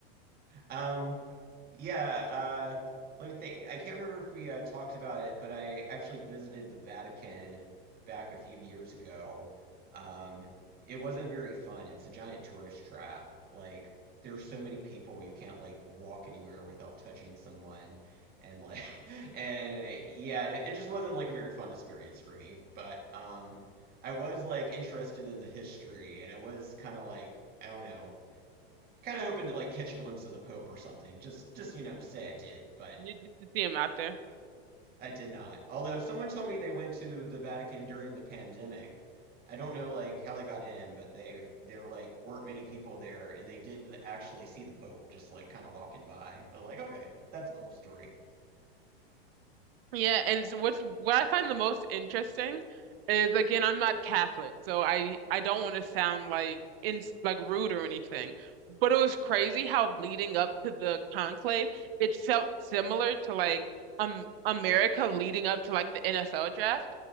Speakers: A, on the right (about 30°); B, on the right (about 65°).
A: Um, yeah, uh, let me think. I can't remember if we uh, talked about it, but I actually visited the Vatican back a few years ago. Um, it wasn't very fun. It's a giant tourist trap. Like, there's so many people, you can't like walk anywhere without touching someone. And like, <laughs> and uh, yeah, it just wasn't like a very fun experience for me. But um, I was like interested in the history, and I was kind of like, I don't know kind of hoping to like catch a glimpse of the Pope or something, just just you know to say I did, but
B: You just to see him out there.
A: I did not. Although someone told me they went to the Vatican during the pandemic. I don't know like how they got in, but they there like weren't many people there, and they did actually see the Pope just like kind of walking by. But like, okay, that's a cool story.
B: Yeah, and it's what's what I find the most interesting is again, I'm not Catholic, so I I don't want to sound like in like rude or anything, but it was crazy how leading up to the conclave, it felt similar to like um America leading up to like the NFL draft.